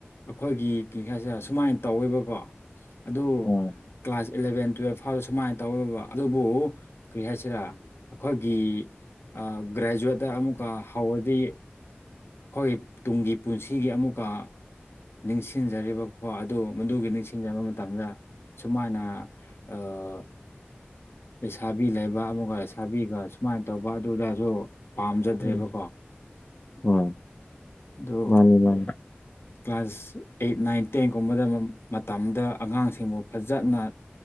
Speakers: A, on the left; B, on the left.
A: ꯑꯈꯣꯏꯒꯤ ꯀ꯭ꯔꯤ ꯍꯥꯏꯁꯤꯔ ꯁꯨꯃꯥꯏ ꯇꯧꯋꯦꯕꯀꯣ ꯑꯗꯨ
B: ꯍꯣꯏ
A: ꯀ꯭ꯂꯥꯁ ꯏꯂꯚꯦꯟ ꯇꯨꯌꯦꯜꯐ ꯐꯥꯎꯗ ꯁꯨꯃꯥꯏ ꯇꯧꯋꯦꯕ ꯑꯗꯨꯕꯨ ꯀ꯭ꯔꯤ ꯍꯥꯏꯁꯤꯔꯥ ꯑꯈꯣꯏꯒꯤ ꯑꯥ ꯒ꯭ꯔꯦꯖꯨꯋꯦꯠꯇ ꯑꯃꯨꯛꯀ ꯍꯧꯔꯗꯤ ꯈꯣꯏꯒꯤ ꯇꯨꯡꯒꯤ ꯄꯨꯟꯁꯤꯒꯤ ꯑꯃꯨꯛꯀ ꯅꯤꯡꯁꯤꯡꯖꯔꯤꯕꯀꯣ ꯑꯗꯨ ꯃꯗꯨꯒꯤ ꯅꯤꯡꯁꯤꯡꯖꯕ ꯃꯇꯝꯗ ꯁꯨꯃꯥꯏꯅ ꯑꯥ ꯂꯩꯁꯥꯕꯤ ꯂꯩꯕ ꯑꯃꯨꯛꯒ ꯂꯩꯁꯥꯕꯤꯒ ꯁꯨꯃꯥꯏꯅ ꯇꯧꯕ ꯑꯗꯨꯗꯁꯨ ꯄꯥꯝꯖꯗ꯭ꯔꯦꯕꯀꯣ
B: ꯎꯝ ꯍꯣꯏ
A: ꯑꯗꯨ
B: ꯃꯥꯅꯤ ꯃꯥꯅꯤ
A: ꯀ꯭ꯂꯥꯁ ꯑꯩꯠ ꯅꯥꯏꯟ ꯇꯦꯟꯒꯨꯝꯕꯗ ꯃꯇꯝꯗ ꯑꯉꯥꯡꯁꯤꯡꯕꯨ ꯐꯖꯅ